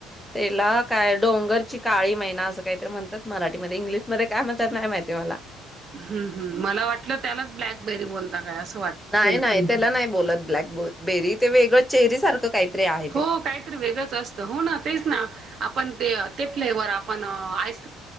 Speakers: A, in the centre; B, on the right.
A: त्याला काय डोंगरची, काळी मैना, असं काहीतरी म्हणतात. मराठीमध्ये इंग्लिशमध्ये काय म्हणतात नाही माहिती,. ते मला,
B: ह्म ह्म मला वाटलं त्यालाच ब्लॅकबेरी बोलता काय अस
A: नाही नाही त्याला नाही बोलत, ब्लॅकबो बेरी ते वेळं चेरी सारखं, काहीतरी आहे ते
B: हो काहीतरी वेगळंच असतं हो ना तेच ना आपण ते ते फ्लेवर आपण आइस